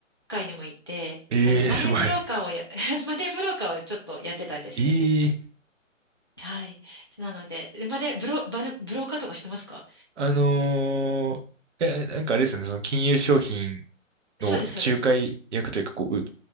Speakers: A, on the left (about 20°); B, on the right (about 60°).
A: 界にもいて、
B: ええ、
A: あの、マネーブローカーをや、
B: すごい。
A: <laughs> マネーブローカーをちょっとやってたんですよね。
B: え
A: はい。なので、マネーブロ、バレブローカーとかしてますか
B: あのーえ、なんかあれですね、その金融商品の仲介役というか、
A: そうです、そうです。
B: こう、う